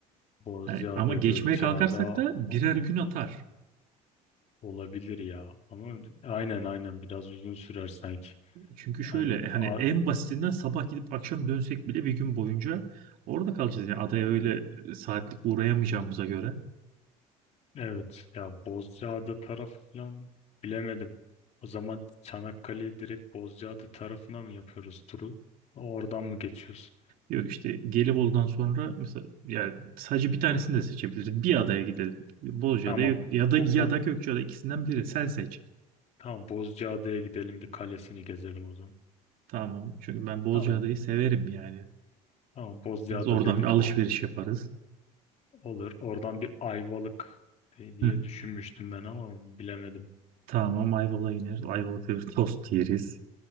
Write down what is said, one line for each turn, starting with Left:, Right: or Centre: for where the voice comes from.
Left: Bozcaada,
Right: Yani ama geçmeye
Left: Gökçeada
Right: kalkarsak da birer
Left: o-
Right: gün atar.
Left: o- olabilir ya. Ama aynen aynen biraz uzun sürer sanki.
Right: Çünkü
Left: Hani
Right: şöyle e, hani
Left: a-
Right: en basitinden sabah gidip akşam dönsek bile bir gün boyunca orada kalacağız. Yani adaya öyle e, saatlik uğrayamayacağımıza göre.
Left: evet ya Bozcaada tarafı falan bilemedim. O zaman Çanakkale'yi direkt Bozcaada tarafına mı yapıyoruz turu? Oradan mı geçiyoruz?
Right: Yok işte Gelibolu'dan sonra mesela yani sadece bir tanesini
Left: Bu-
Right: de seçebiliriz. Bir adaya gidelim. Bozcaada
Left: Tamam.
Right: ya da
Left: Bu,
Right: ya da Gökçeada ikisinden biri. Sen seç.
Left: Tamam Bozcaada'ya gidelim bir kalesini gezelim o zaman.
Right: Tamam. Çünkü ben Bozcaada'yı
Left: Tamam
Right: severim yani.
Left: tamam Bozcaada
Right: Biz oradan
Left: dedik
Right: bir alışveriş
Left: o
Right: yaparız.
Left: olur. Oradan bir Ayvalık di- diye
Right: Hı.
Left: düşünmüştüm ben ama bilemedim.
Right: Tamam Ayvalık'a ineriz. Ayvalık'ta bir tost yeriz.